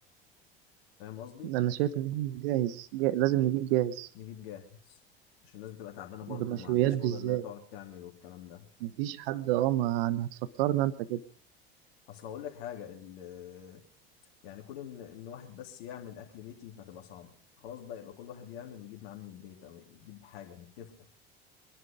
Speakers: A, on the left; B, on the right.
A: فاهم قصدي
B: انا شايف ان احنا جاهز جا... لازم نجيب جاهز
A: نجيب جاهز عشان الناس بتبقى تعبانه برضه
B: بمشويات
A: وما عندهاش
B: بالذات
A: قدره انها تقعد تعمل والكلام ده
B: مفيش حد اه ما يعني هتفكرنا انت كده
A: اصل اقول لك حاجه ال- يعني كون ان ان واحد بس يعمل اكل بيتي فتبقى صعب خلاص بقى يبقى كل واحد يعمل ويجيب معاه من البيت او يجيب حاجه نتفقوا